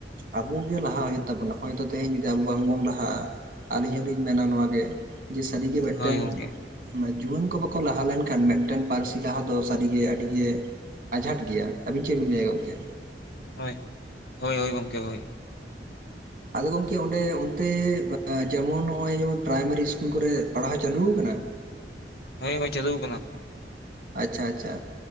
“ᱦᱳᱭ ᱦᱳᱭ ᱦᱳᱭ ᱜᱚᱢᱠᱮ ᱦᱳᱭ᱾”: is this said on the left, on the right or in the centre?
Left